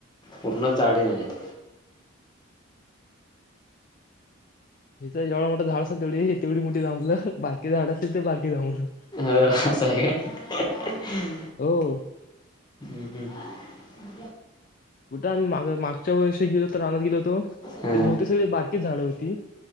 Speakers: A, on the left (about 20°); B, on the left (about 40°).
A: पूर्ण झाडे नाहीत.
B: हे तर जेवढा मोठं झाड असाल तेवढी हे तेवढी मोठी जांभळं बारकी झाड असेल ते बारकी जांभळं
A: तर असं आहे काय
B: हो
A: हम् हम्
B: कुठं आम्ही माग मागच्या वर्षी गेलो हो तर रानात गेलो होतो
A: हम्म
B: त्या बहतेक सगळी बारकीच झाड होती